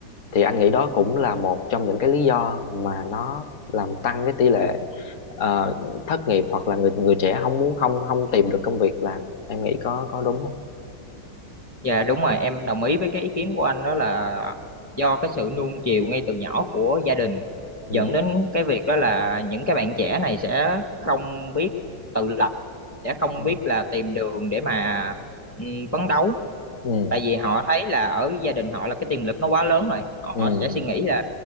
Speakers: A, on the left; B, on the left.
A: thì anh nghĩ đó cũng là một trong những cái lý do mà nó làm tăng cái tỷ lệ ờ, thất nghiệp hoặc là người người trẻ không muốn không không tìm được công việc làm em nghĩ có có đúng không
B: Dạ đúng rồi, em đồng ý với cái ý kiến của anh đó là do cái sự nuông chiều ngay từ nhỏ của gia đình
A: ừ
B: dẫn đến cái việc đó là những cái bạn trẻ này sẽ không biết tự lập, sẽ không
A: ừ
B: biết là tìm đường để mà ừ, phấn đấu.
A: ừ
B: Tại vì họ thấy là ở gia đình họ là cái tiềm lực nó quá lớn rồi, họ
A: ừ
B: sẽ
A: ừ,
B: suy nghĩ là